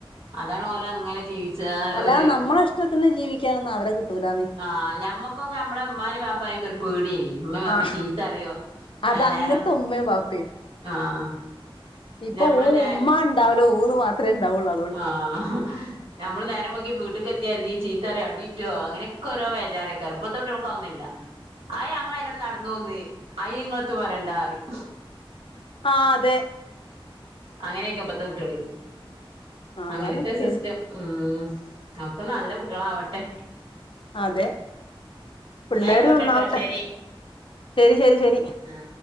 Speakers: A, on the right; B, on the left.
A: അതാണ് ഓല് അങ്ങനെ ജീവിച് ച്ചാ
B: അല്ലാതെ
A: ഒരു
B: നമ്മളെ ഇഷ്ടത്തിന് ജീവിക്കാനൊന്നും അവരെ കിട്ടൂലാന്നേ
A: ആഹ് ഞമ്മക് ക്കൊക്കെ നമ്മളെ ഉമ്മാനേം വാപ്പാനൊക്കെ ഒരു പേടിയെനി ഉമ്മയും വാപ്പയും
B: ആഹ്
A: ചീത്ത പറയോ
B: അത് അന്നത്തെ
A: നേരം
B: ഉമ്മേം വാപ്പേം
A: ആഹ്
B: ഇപ്പൊ
A: ഞമ്മള്
B: ഊ
A: നേ
B: ഉമ്മാണ്ട് ണ്ടാവലേ <unintelligible> ഇത്രേണ്ടാവുള്ളു അ
A: ആഹ് ഞമ്മള് നേരം വൈകി വീട്ട്ക്കെ ത്തിയാതി ചീത്തറയോ അടീറ്റോ അങ്ങനെയൊക്കെ ഓരോ വേജാറേകാരം ഇപ്പത്തെ കുട്ട്യോൾക്ക് അതൊന്നില്ല ആയ് ഞങ്ങള് അതിനോട് നടന്നോന്ന് അയിന് നിങ്ങള്ത്ത് വരണ്ടാറയും
B: ആഹ് അതെ
A: അങ്ങനെയൊക്കെപ്പത്തെ കുട്ട്യോള്
B: ആഹ്
A: അങ്ങനെയൊക്കെയാ
B: അതാണ് പേടി
A: സിസ്റ്റം ഉം ഒക്കെ നല്ല കുട്ടികളാവട്ടെ
B: അതെ പിള്ളേര്
A: ന്നാ ആയിക്കോട്ടെട്ടോ
B: നന്നാവട്ടെ
A: ശരി
B: ശരി ശരി ശരി
A: ആ